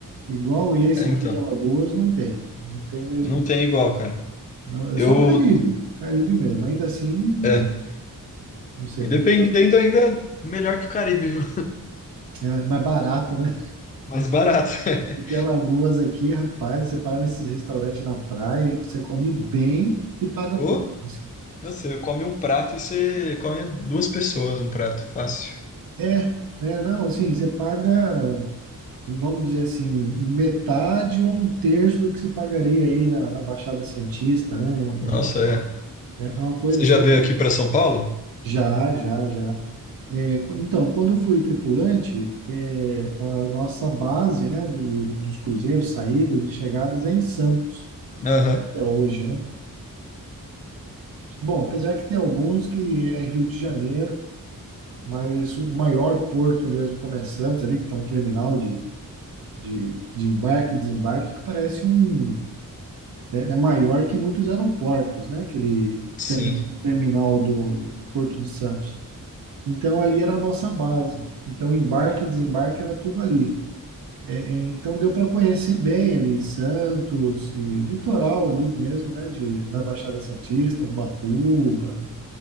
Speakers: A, on the right; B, on the left.
A: igual esse
B: É,
A: aqui
B: então.
A: de Alagoas não tem, não tem mesmo,
B: Não tem igual, cara.
A: não. É
B: Eu.
A: só o Caribe, Caribe mesmo. Ainda assim,
B: É.
A: não sei,
B: E dependendo
A: fica
B: ainda, melhor que o Caribe, viu?
A: é mais barato, né?
B: Mais barato. <laughs>
A: Porque Alagoas aqui, rapaz, você para nesses restaurantes na praia, você come bem e paga
B: Ou,
A: pouco, assim.
B: não sei, come um prato e você come duas pessoas um prato. Fácil.
A: É, é, não, assim, você paga, vamos dizer assim, metade ou um terço do que se pagaria aí na, na Baixada Santista, né?
B: Nossa,
A: É
B: é.
A: é uma coisa
B: Você
A: assim,
B: já veio aqui para São Paulo?
A: já, já, já. É, qu- então, quando eu fui tripulante, é, a nossa base, né, do- dos cruzeiros, saídas e chegadas é em Santos,
B: Aham,
A: até hoje, né? Bom, apesar que tem alguns que é Rio de Janeiro, mas o maior porto mesmo começando ali, que tem um terminal de, de, de embarque e desembarque, que parece um. É, é maior que muitos aeroportos, né? Aquele
B: sim.
A: ter- terminal do, do Porto de Santos. Então ali era a nossa base. Então embarque e desembarque era tudo ali. É, é, então deu para conhecer bem ali Santos, e litoral ali mesmo, né? De, na Baixada Santista, Ubatuba,